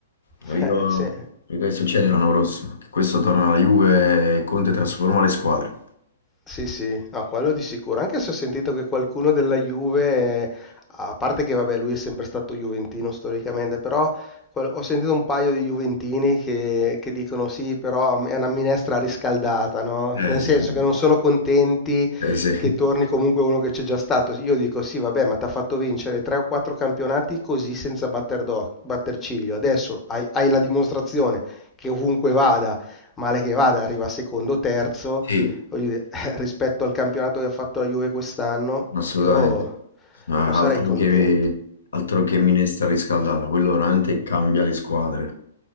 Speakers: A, on the left; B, on the left.
A: Capito?
B: <laughs> se-
A: Capito che succede l'anno prossimo? Che questo torna alla Juve e Conte trasforma le squadre.
B: Sì, sì, no, quello di sicuro. Anche se ho sentito che qualcuno della Juve, a parte che vabbè, lui è sempre stato juventino storicamente, però qual- ho sentito un paio di juventini che, che dicono sì, però è una minestra riscaldata, no?
A: Eh
B: Nel
A: sì,
B: senso
A: sì.
B: che non sono contenti
A: Eh, sì.
B: che torni comunque uno che c'è già stato. Io dico sì, vabbè, ma ti ha fatto vincere tre o quattro campionati così senza batter, doc- batter ciglio. Adesso hai hai la dimostrazione che ovunque vada, male che vada, arriva secondo o terzo
A: Sì.
B: voglio dire, <laughs> rispetto al campionato che ha fatto la Juve quest'anno,
A: assolutamente.
B: io,
A: Ah,
B: io sarei
A: Altro
B: contento.
A: che, altro che minestra riscaldata, quello veramente cambia le squadre.